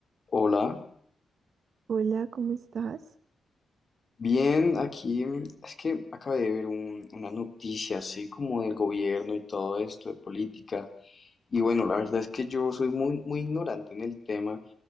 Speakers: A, on the left; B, on the right.
A: Hola,
B: Hola, ¿cómo estás?
A: bien, aquí mm, es que acabé de ver un- una noticia así como del gobierno y todo esto, de política. Y bueno, la verdad es que yo soy muy, muy ignorante en el tema,